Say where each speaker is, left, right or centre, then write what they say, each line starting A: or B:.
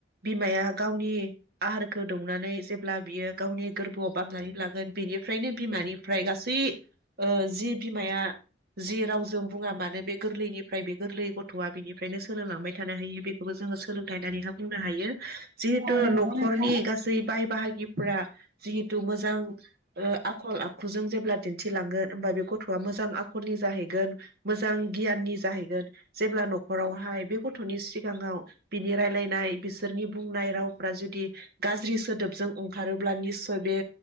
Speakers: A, on the right (about 55°); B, on the right (about 40°).
A: बिमाया गावनि आहारखौ दौनानै जेब्ला बियो गावनि गोरबोआव बामनानै लागोन बेनिफ्रायनो बिमानिफ्राय गासै ओ जि बिमाया जि रावजों बुङा मानो बे गोरलैनि फ्राय बे गोरलै गथ'आ बिनि फ्रायनो सोलोंलांबाय थानो हायो बेखौबो जोङो सोलोंथाइनि हाब बुंनो हायो जिहेथु
B: औ नंगौ
A: न'खरनि
B: नोंथां
A: गासै बाय बाहागिफ्रा जिहेतु मोजां ओ आखल आखुजों जे ब्ला दिन्थिलांगोन होमबा बे गथ'आं आखलनि जाहैगोन मोजां गियानि जाहैगोन जेब्ला न'खरावहाय बे गथ'नि सिगाङाव बिनि रायलायनाय बिसोरनि बुंनाय रावफोरा जुदि गाज्रि सोदोबजों ओंखारोब्ला निस्सय बे